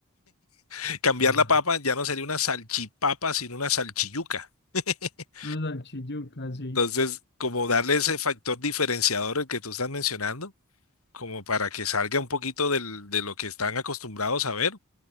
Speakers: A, on the left; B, on the left.
A: <laughs> Cambiar
B: ajá,
A: la papa ya no sería una salchipapa, sino una salchiyuca. <laughs>
B: una salchiyuca, sí.
A: Entonces, como darle ese factor diferenciador el que tú estás mencionando, como para que salga un poquito del- de lo que están acostumbrados a ver.